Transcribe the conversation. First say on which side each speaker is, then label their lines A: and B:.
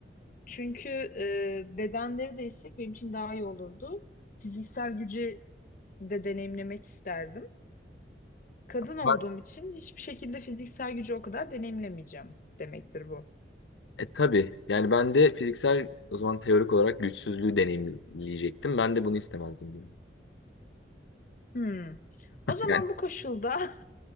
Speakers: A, on the left (about 45°); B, on the left (about 80°).
A: Çünkü e, bedenleri değişsek benim için daha iyi olurdu. Fiziksel gücü de deneyimlemek isterdim. Kadın olduğum
B: Ben,
A: için hiçbir şekilde fiziksel gücü o kadar deneyimlemeyeceğim demektir bu.
B: e, tabii yani ben de fiziksel o zaman teorik olarak güçsüzlüğü deneyimleyecektim. Ben de bunu istemezdim. gibi. <laughs>
A: Hmm. O zaman
B: Yani
A: bu koşulda